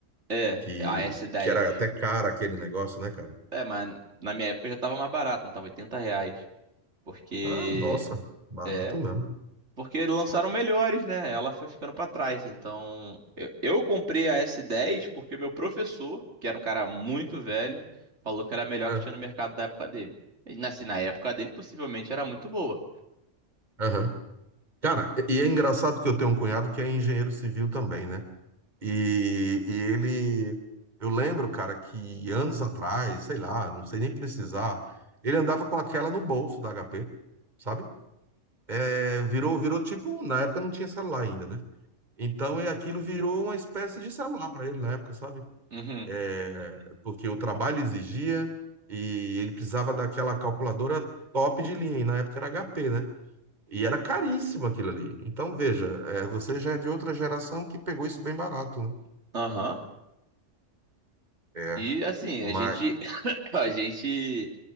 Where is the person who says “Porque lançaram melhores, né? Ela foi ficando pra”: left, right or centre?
Right